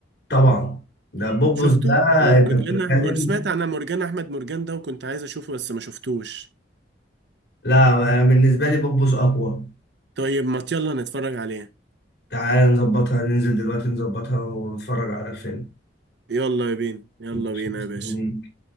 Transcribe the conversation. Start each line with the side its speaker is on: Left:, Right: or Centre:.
Left: طبعا ده بوبوس
Right: شفته
Left: ده
Right: ومرجان
Left: انت بتتكلم
Right: أح- مر- سمعت عن مرجان احمد مرجان ده وكنت عايز اشوفه بس ما شفتوش
Left: لا انا بالنسبه لي بوبوس اقوى
Right: طيب ما يلا نتفرج عليه
Left: تعالى نظبطها ننزل دلوقتي نظبطها ونتفرج على الفيلم
Right: يلا بينا يلا
Left: ماشي.
Right: بينا
Left: مستنيك.
Right: يا باشا